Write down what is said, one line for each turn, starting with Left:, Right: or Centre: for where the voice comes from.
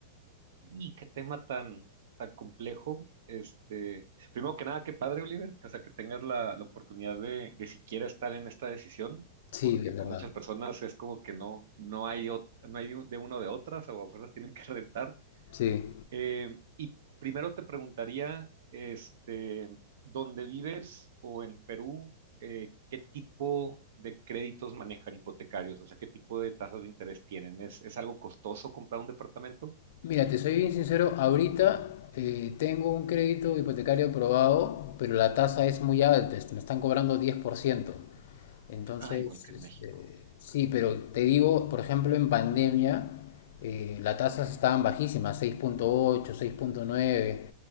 Right: Y qué tema tan, tan complejo. Este, primero que nada, qué padre, Oliver, o sea, que tengas la, la oportunidad de, de siquiera estar en esta decisión,
Left: Sí,
Right: porque
Left: es verdad.
Right: pues muchas personas es como que no, no hay, ot- no hay de uno de otras, o a fuerzas tienen que <laughs> rentar.
Left: Sí.
Right: Eh, y primero te preguntaría, este, ¿dónde vives o en Perú, eh, qué tipo de créditos manejan hipotecarios? O sea, ¿qué tipo de tasas de interés tienen? ¿Es, es algo costoso comprar un departamento?
Left: Mira, te soy bien sincero, ahorita eh, tengo un crédito hipotecario aprobado, pero la tasa es muy alta, este, me están cobrando 10%. Entonces,
Right: Ah, igual que en
Left: este,
Right: México.
Left: sí, pero te digo, por ejemplo, en pandemia, eh, las tasas estaban bajísimas, seis seis punto ocho, seis punto nueve,